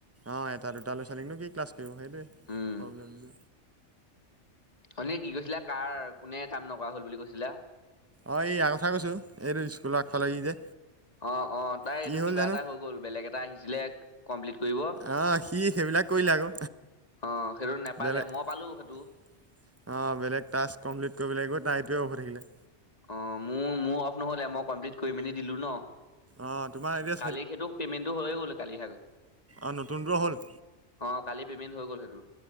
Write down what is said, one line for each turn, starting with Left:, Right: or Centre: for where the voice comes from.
Right: অ', এটা দুটা লৈ ছোৱালীক নো কি ক্লাছ সেইটোৱে
Left: উম
Right: প্ৰব্লেমটো।
Left: উঠনী কি কৈছিলা, কাৰ কোনে কাম নকৰা হল বুলি কৈছিলা?
Right: অ', এই ইয়াৰ কথা কৈছোঁ, এইটো স্কুল আগ ফালে ই যে।
Left: অ', অ'তাই
Right: কি
Left: এইটো
Right: হ'ল
Left: কিবা
Right: জানো
Left: এটা হৈ গ'ল বেলেগ এটা আহিছিলে। কমপ্লিট কৰিব
Right: অ', সি সেইবিলাক কৰিলে আকৌ
Left: অ সেইটো নেপালে
Right: বেলেগ। অ',
Left: মই পালো সেইটো
Right: বেলেগ টাস্ক কমপ্লিট কৰিব গৈ তাৰ এইটোৱে অফ হৈ থাকিলে।
Left: অ', মোৰ, মোৰ অফ নহ'লে মই কমপ্লিট কৰি মেলি দিলোঁ ন।
Right: অঁ তোমাৰ এতিয়া
Left: কালি সেইটো পেমেন্টটো হৈয়ে গ'ল কালি।
Right: আৰু নতুনবোৰ হ'ল।
Left: অ', কালি পেমেন্ট হৈ গ'ল সেইটো